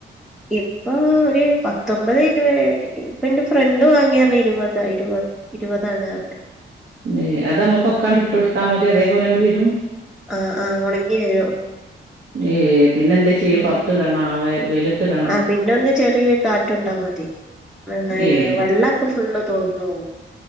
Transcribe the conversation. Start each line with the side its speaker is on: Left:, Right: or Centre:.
Centre: ഇപ്പൊ ഒരു പത്തൊൻമ്പത് ഇരുപത് ഇപ്പ എന്റെ ഫ്രണ്ട് വാങ്ങിന്നർഞ്ഞ് ഇരുപതാ ഇരുപത് ഇരുപതാള് കേറണെ
Right: തേ അതമ്മക്കൊക്കാണ്ട് ഇട്ട് കൊടുത്താ മതി അതേപോലെണ്ട് വരും
Centre: ആഹ് ആഹ് ഒണങ്ങി വരും
Right: ഏ പിന്നെന്താ ചെയ്യ
Centre: ഉം
Right: പൊർത്തു ഇടണോ ആ വെയിലത്തിടാം
Centre: ആഹ് പിന്നൊന്ന് ചെറിയ കാറ്റൊണ്ടാ മതി. ന്നെ
Right: ഏഹ്
Centre: വെള്ളൊക്കെ ഫുള്ള് തോർന്നോകു